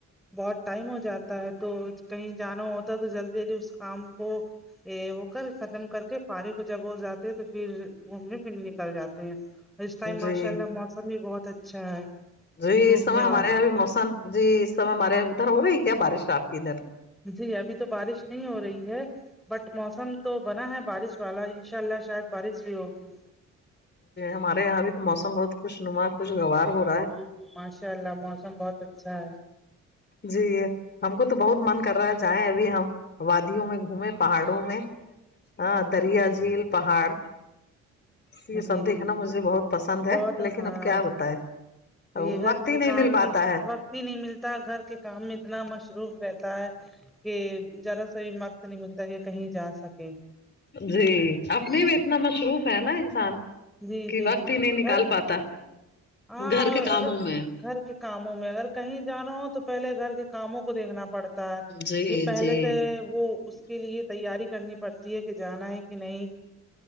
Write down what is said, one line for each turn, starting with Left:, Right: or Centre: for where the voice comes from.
Centre: بہت ٹائم ہو جاتا ہے تو کہیں جانا ہوتا ہے تو جلدی جلدی اس کام کو یہ وہ کر ختم کر کے فارغ کو جب وہ جاتے ہیں تو پھر گھومنے پھرنے نکل جاتے ہیں اس ٹائم
Left: جی
Centre: ماشاء اللہ موسم بھی بہت اچھا ہے
Left: جی
Centre: گھومنے
Left: سمے ہمارے
Centre: والا
Left: ابھی موسم جی سمے ہمارے ادھر ہو رہی ہے کیا بارش ہے آپ کی ادھر
Centre: جی ابھی تو بارش نہیں ہو رہی ہے بٹ موسم تو بنا ہے بارش والا انشاء اللہ شاید بارش بھی ہوگی
Left: ہمارے یہاں بھی تو موسم بہت خوش نما خوش گوار ہے
Centre: جی جی ماشاء اللہ موسم بہت اچھا ہے
Left: جی ہم کو تو بہت من کر رہا ہے جائیں ابھی ہم وادیوں میں گھومے پہاڑوں میں ہ دریا جھیل پہاڑ یہ
Centre: جی
Left: سب دیکھنا
Centre: جی جی
Left: مجھے بہت پسند ہے
Centre: بہت
Left: لیکن
Centre: ہار
Left: اب کیا بتائے
Centre: یہ
Left: وقت
Centre: گھر
Left: ہی
Centre: کے
Left: نہیں
Centre: کام
Left: مل پاتا
Centre: بھی
Left: ہے
Centre: وقت ہی نہیں ملتا گھر کے کام میں اتنا مصروف رہتا ہے کہ زیاد صحی مقت نہیں ملتا کہ کہیں جا سکے
Left: جی اپنے
Centre: جی
Left: بھی اتنا مصروف ہے نا انسان
Centre: جی
Left: کہ
Centre: جی
Left: وقت
Centre: جی
Left: ہی نہیں نکال
Centre: گھر کے
Left: پاتا
Centre: ہاں
Left: گھر
Centre: اور
Left: کے کاموں
Centre: اگر
Left: میں
Centre: گھر کے کاموں میں اگر کہیں جانا ہو تو پہلے گھر کے کاموں کو دیکھنا پڑتا
Left: جی
Centre: یہ پہلے
Left: جی
Centre: سے وہ اس کے لیے تیاری کرنی پڑتی ہے کہ جانا ہے کہ نہیں